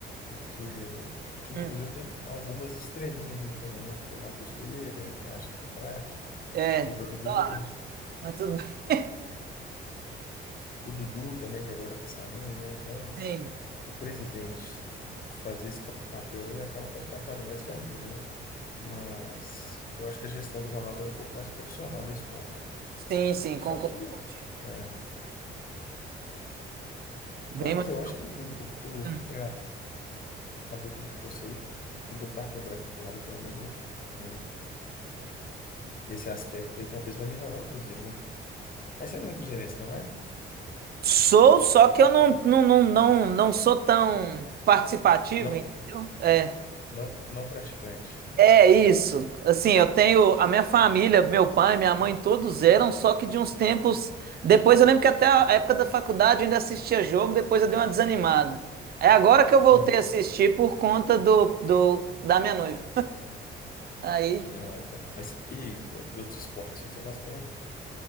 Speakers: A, on the left; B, on the right.
A: Porque o time
B: Hum.
A: do Cruzeiro tem algumas estrelinhas ali também, né? Tem o Matheus Pereira, que acha que é craque.
B: É,
A: Tem o Gabigol.
B: sei mas tudo bem.
A: O Dudu também, que agora tá saindo, né? Então.
B: Sim,
A: o presidente fazer esse papel aí, ele acaba que atrapalha mais que ajuda, né? Mas eu acho que a gestão do Ronaldo era um pouco mais profissional nesse ponto.
B: sim, sim,
A: Só
B: concordo
A: que,
B: contigo.
A: é,
B: Bem
A: mas
B: mais
A: eu acho
B: próximo.
A: que o, o,
B: Hum.
A: o treinador que ele trouxe aí, ele, ele deu carta branca pro treinador, pelo menos no, no- nesse aspecto aí, talvez vai melhorar o Cruzeiro, né? Mas você não é cruzeirense, não é?
B: Sou, só que eu não, não, não, não, não sou tão participativo,
A: Não,
B: entendeu? É,
A: não, não praticante.
B: é isso. Assim, eu tenho a minha família, meu pai, minha mãe, todos eram, só que de uns tempos. Depois eu lembro que até a época da faculdade eu ainda assistia jogo, depois eu dei uma desanimada. É agora que eu voltei
A: Uhum.
B: a assistir por conta do, do, da minha noiva. Aí.
A: Ah, tá. Mas e outros esportes assim, você gosta também?